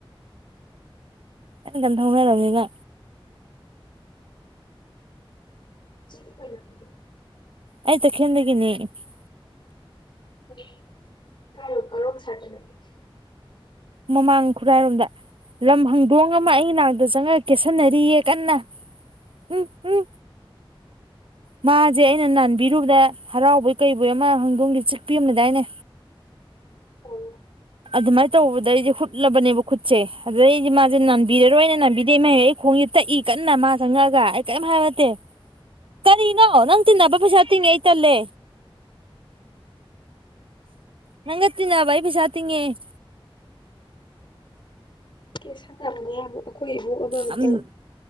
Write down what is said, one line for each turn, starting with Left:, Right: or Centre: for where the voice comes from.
Right: ꯑꯩꯅ ꯀꯟ ꯊꯧꯅꯔꯕꯅꯤꯅ
Left: ꯏꯆꯦꯗꯤ ꯀꯩ ꯂꯝꯗꯣꯏꯅꯣ
Right: ꯑꯩ ꯇꯈꯦꯟꯗꯒꯤꯅꯦ ꯑꯩꯗꯤ-
Left: <inaudible>
Right: ꯃꯃꯥꯡ ꯈꯨꯔꯥꯏꯔꯣꯝꯗ ꯂꯝ ꯍꯪ ꯂꯣꯡ ꯑꯃ ꯑꯩꯩ ꯅꯥꯔꯗ ꯆꯪꯉꯦ ꯀꯦꯁꯟꯅꯔꯤꯌꯦ ꯀꯟꯅ ꯎꯝ ꯎꯝ ꯃꯥꯖꯦ ꯑꯩꯅ ꯅꯥꯟꯕꯤꯔꯨꯕꯗꯩ ꯍꯔꯥꯎꯕꯣꯏ ꯀꯩꯕꯣꯏ ꯑꯃ ꯍꯪꯗꯣꯡꯒꯤ ꯆꯤꯛꯄꯤ ꯑꯝ ꯂꯩꯗꯥꯏꯅꯦ
Left: ꯑꯥ
Right: ꯑꯗꯨꯃꯥꯏ ꯇꯧꯋꯥꯠ ꯗꯩꯗꯤ ꯍꯨꯠꯂꯕꯅꯦꯕ ꯈꯨꯠꯁꯦ ꯑꯗꯨꯗꯩꯗꯤ ꯃꯥꯁꯦ ꯅꯥꯟꯕꯤꯔꯔꯣꯏꯅ ꯅꯥꯟꯕꯤꯗꯦ ꯃ ꯑꯩ ꯈꯣꯡꯁꯤꯗ ꯇꯛꯏ ꯀꯟꯅ ꯃꯥ ꯆꯪꯉꯛꯑꯒ ꯑꯩ ꯀꯦꯝ ꯍꯥꯏꯕ ꯅꯠꯇꯦ ꯀꯔꯤ- ꯅꯣ ꯅꯪ ꯇꯤꯟꯅꯥꯕ ꯄꯩꯁꯥ ꯇꯤꯡꯉꯦ ꯑꯩ ꯇꯟꯂꯦ ꯅꯪꯒ ꯇꯤꯟꯅꯕ ꯄꯩꯁꯥ ꯇꯤꯡꯉꯦ <inaudible>
Left: ꯀꯦꯁꯟꯅꯕꯅ ꯌꯥꯔꯣꯏ ꯑꯩꯈꯣꯏ ꯏꯕꯨꯡ ꯑꯃ ꯍꯟꯇꯛ
Right: ꯎꯝ